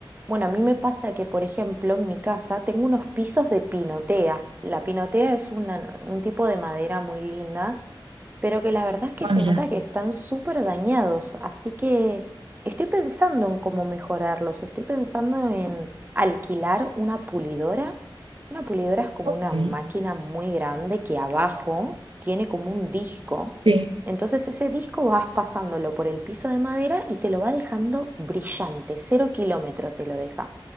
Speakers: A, on the right; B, on the right.
A: Bueno, a mí me pasa que, por ejemplo, en mi casa tengo unos pisos de pinotea. La pinotea es una- un tipo de madera muy linda pero que la verdad es que
B: Ah,
A: se
B: mira.
A: nota que están súper dañados, así que estoy pensando en cómo mejorarlos, estoy pensando en alquilar una pulidora. Una pulidora es como
B: Ok.
A: una máquina muy grande que abajo tiene como un disco,
B: Sí.
A: entonces ese disco vas pasándolo por el piso de madera y te lo va dejando brillante, cero kilómetro te lo deja,